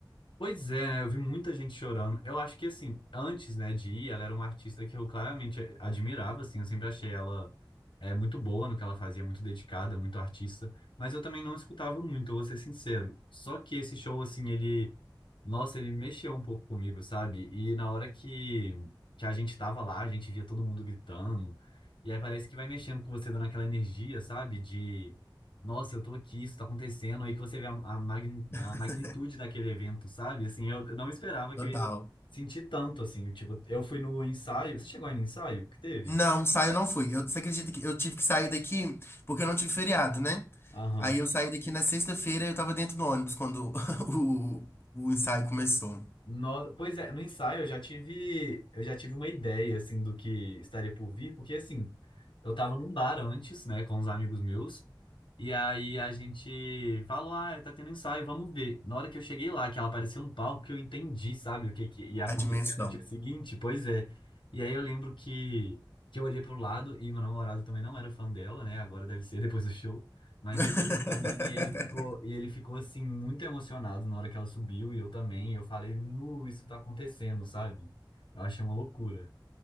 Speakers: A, on the left; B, on the left.
A: Pois é, eu vi muita gente chorando. Eu acho que, assim, antes, né, de ir, ela era uma artista que eu claramente admirava, assim, eu sempre achei ela é, muito boa no que ela fazia, muito dedicada, muito artista, mas eu também não escutava muito, eu vou ser sincero. Só que esse show, assim, ele, nossa, ele mexeu um pouco comigo, sabe? E na hora que, que a gente tava lá, a gente via todo mundo gritando, e aí parece que vai mexendo com você, dando aquela energia, sabe? nossa, eu tô aqui, isso tá acontecendo, aí que você vê a, a, magni-
B: <laughs>
A: a magnitude daquele evento, sabe? Assim, eu, eu não esperava que
B: Total.
A: eu ia sentir tanto, assim, tipo, eu fui no ensaio, você chegou aí no ensaio que teve?
B: Não, ensaio eu não fui. Eu, você acredita que eu tive que sair daqui porque eu não tive feriado, né?
A: Aham.
B: Aí eu saí daqui na sexta-feira e eu tava dentro do ônibus quando <laughs> o, o ensaio começou.
A: No- pois é, no ensaio eu já tive, eu já tive uma ideia, assim, do que estaria por vir, porque, assim, eu tava num bar antes, né, com os amigos meus, E aí a gente falou, ah, tá tendo ensaio, vamos ver. Na hora que eu cheguei lá, que ela apareceu no palco, que eu entendi, sabe, o que que ia
B: A
A: acontecer
B: dimensão.
A: no dia seguinte, pois é. E aí eu lembro que, que eu olhei pro lado e meu namorado também não era fã dela, né? Agora deve ser depois do show. Mas
B: <laughs>
A: ele olhou pra mim e ele ficou, e ele ficou assim, muito emocionado na hora que ela subiu, e eu também. E eu falei, nu, isso tá acontecendo, sabe? Eu achei uma loucura.